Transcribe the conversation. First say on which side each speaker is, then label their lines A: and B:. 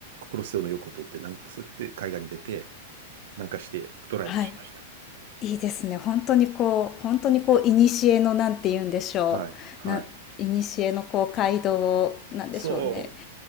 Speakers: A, on the right; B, on the left.
A: コロッセオの横通って、なんか、そうやって海岸に出て、南下してドライブしました。
B: はい。いいですね。本当にこう本当にこう、いにしえのなんて言うんでしょう、
A: はい。はい。
B: な古のこう街道を、なんでしょうね。
A: そ